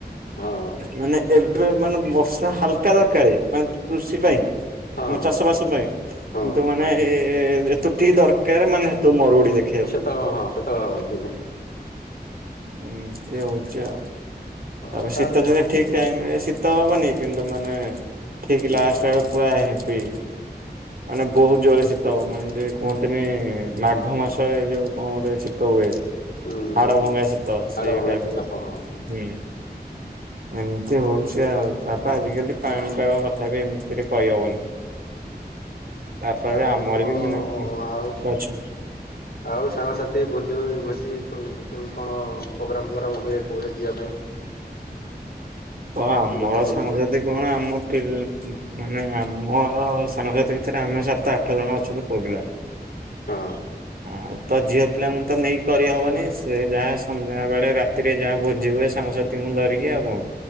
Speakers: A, on the left (about 65°); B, on the right (about 60°).
A: ହଁ
B: ମାନେ ଏ ମାନେ ବର୍ଷା ହାଲକା ଦରକାର ମାନେ କୃଷି ପାଇଁ।
A: ହଁ
B: ଆମ ଚାଷ ବାସ ପାଇଁ
A: ହଁ
B: କିନ୍ତୁ ମାନେ ଏ ଯେତୁ ଠିକ ଦରକାର ମାନେ ହେତଳୁ ମରୁଡି ଦେଖ
A: ସେତଳୁ ହଁ ସେତଳୁ ହନ୍ତି ନାଇଁ।
B: ଏମିତି ହଉଛି ଆଉ।
A: ହଁ
B: ତାପରେ
A: ତାର
B: ଶୀତ
A: ଯାହା
B: ଯଦି
A: ଆସିଛି।
B: ଠିକ ଟାଇମ ରେ ଶୀତ ହବନି କିନ୍ତୁ ମାନେ ଠିକ
A: ହୁଁ
B: ଲାଷ୍ଟ
A: ହୁଁ
B: ଆଡୁ ପୁରା ହେବି। ମାନେ ବହୁତ ଜୋରରେ ଶୀତ ହବ ମାନେ ଦେ କୁହନ୍ତିନି ମାଘ ମାସରେ ଏ ଯୋଉ କଣ ଗୋଟେ ଶୀ ତ ହୁଏ।
A: ହୁଁ
B: ହାଡ ଭଙ୍ଗା ଶୀତ
A: ହାଡ଼
B: ସେଇ
A: ଭଙ୍ଗା
B: ଟାଇପର
A: ଶୀତ
B: <unintelligible>
A: ହଁ ହଁ।
B: ହୁଁ ଏମିତି ହୋଉଛି ଆଉ ତାପରେ ଆଜିକାଲି ପାଣିପାଗ କଥ ତଥାପି ଏମତି ଟିକେ କହିହବନି। ତାପରେ
A: ଆଉ
B: ଆମର
A: କଣ
B: ବି ମାନେ କଣ
A: ଆଉ
B: ଗଛ
A: ଆଉ ସାଙ୍ଗସାଥି ଭୋଜି ଭୋଜି କୋଲିନୁ କେମିତି କଣ ପ୍ରୋଗ୍ରାମ ଫୋଗ୍ରାମ ହୁଏ କୌଆଡେ ଯିବା ପାଇଁ?
B: ହଁ ଆମର
A: ଭୋଜି ଦିନରେ
B: ସାଙ୍ଗସାଥି କଣ। ଆମ କିଲ ମାନେ ଆମର ସାଙ୍ଗସଥି ଭିତରେ ଆମେ ସାତ ତ ଆଠ ଜଣ ଅଛନ୍ତି ପୁଅପିଲା।
A: ହଁ
B: ହଁ ତ ଝିଅ ପିଲାଙ୍କୁ ତ ନେଇକି କରିହବନି। ସେ ଯାହା ସନ୍ଧ୍ୟା ବେଳେ ରାତ ରାତିରେ ଯାହା ଭୋଜି ହୁଏ ସାଙ୍ଗସାଥିଙ୍କୁ ଧରିକି ଆଉ କଣ।